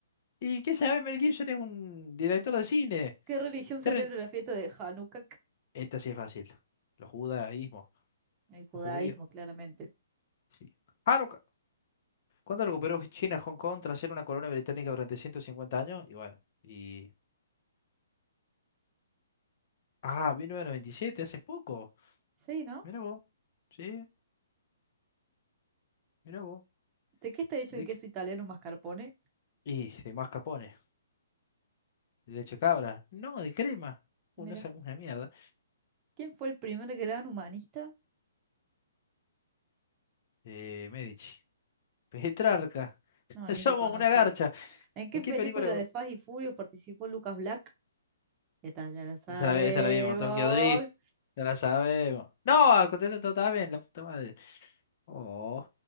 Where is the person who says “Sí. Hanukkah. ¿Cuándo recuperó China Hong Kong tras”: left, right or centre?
Left